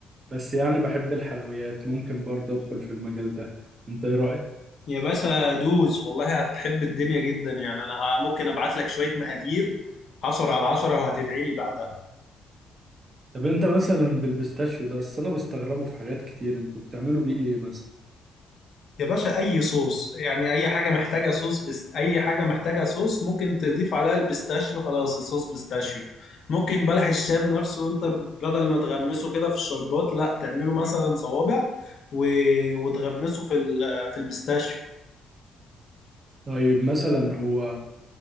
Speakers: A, on the right (about 40°); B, on the left (about 60°).
A: بس يعني بحب الحلويات ممكن برضه ادخل في المجال ده انت ايه رأيك
B: يا باشا دوس والله هتحب الدنيا جدا يعني انا ه- ممكن ابعت لك شويه مقادير 10 على 10 وهتدعي لي بعدها
A: طب انت مثلا بالبيستاشيو ده اصل انا بستغربه في حاجات كتير انتوا بتعملوا بيه ايه مثلا
B: يا باشا اي صوص يعني اي حاجه محتاجه صوص بس اي حاجه محتاجه صوص ممكن تضيف عليها البيستاشيو خلاص الصوص بيستاشيو ممكن بلح الشام نفسه انت بدل ما تغمسه كده في الشربات لا تعمله مثلا صوابع و... وتغمسه في ال... في البيستاشيو
A: طيب مثلا هو